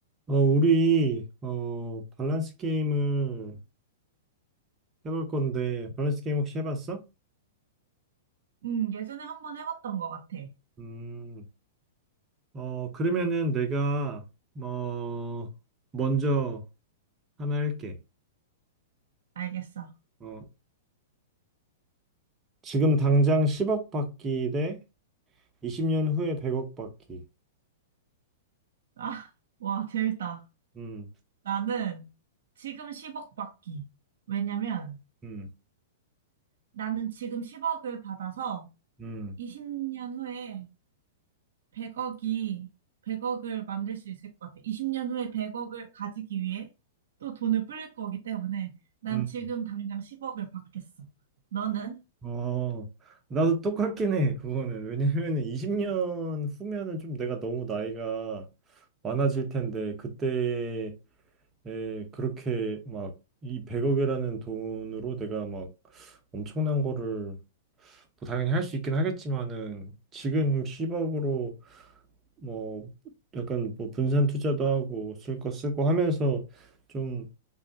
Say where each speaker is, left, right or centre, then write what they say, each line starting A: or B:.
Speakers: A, on the right; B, on the right.
A: 어, 우리, 어, 밸런스 게임을 해볼 건데, 밸런스 게임 혹시 해봤어?
B: 음, 예전에 한번 해봤던 것 같아.
A: 음, 어, 그러면은 내가, 뭐, 먼저 하나 할게.
B: 알겠어.
A: 어, 지금 당장 10억 받기 대 20년 후에 100억 받기.
B: 아, 와, 재밌다.
A: 음,
B: 나는 지금 10억 받기. 왜냐면
A: 음,
B: 나는 지금 10억을 받아서
A: 음,
B: 20년 후에 100억이, 100억을 만들 수 있을 것 같아. 20년 후에 100억을 가지기 위해 또 돈을 불릴 거기 때문에 난
A: 음.
B: 지금 당장 10억을 받겠어. 너는?
A: 어, 나도 똑같긴 해, 그거는. 왜냐면은 20년 후면은 좀 내가 너무 나이가 많아질 텐데, 그때 에, 그렇게 막 이 100억이라는 돈으로 내가 막 엄청난 거를 뭐 당연히 할 수 있긴 하겠지만은 지금 10억으로 뭐 약간 뭐 분산 투자도 하고 쓸 거 쓰고 하면서 좀